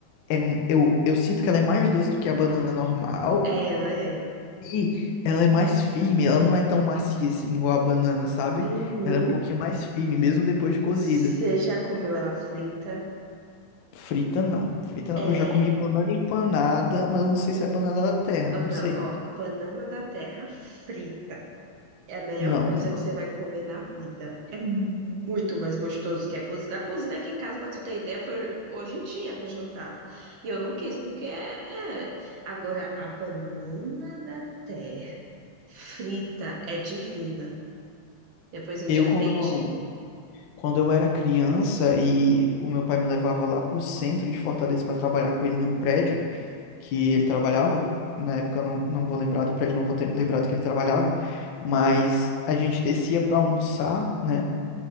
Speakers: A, on the left; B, on the right.
A: é. Eu, eu sinto que ela é mais doce do que a banana normal.
B: É, Ela é.
A: E ela é mais firme, ela não é tão macia assim igual a banana, sabe?
B: Uhum.
A: Ela é um pouquinho mais firme, mesmo depois de cozida.
B: Você já comeu ela frita?
A: Frita não, frita
B: É.
A: não. Eu já comi banana empanada, mas não sei se é banana da terra,
B: Oh,
A: não
B: não,
A: sei.
B: ó. Banana da terra frita. É a melhor
A: Não,
B: coisa
A: nunca.
B: que você vai comer na vida. É muito mais gostoso que a cozida. A cozida aqui em casa, pra tu ter ideia, foi hoje em dia pro jantar. E eu não quis, porque é. é. Agora, a banana da terra frita é divina. Depois um
A: Eu
B: dia
A: quando,
B: tente.
A: quando eu era criança e o meu pai me levava lá pro centro de Fortaleza para trabalhar com ele num prédio que ele trabalhava, na época eu não, não vou lembrar do prédio, não vou ter lembrado que ele trabalhava, mas a gente descia para almoçar, né?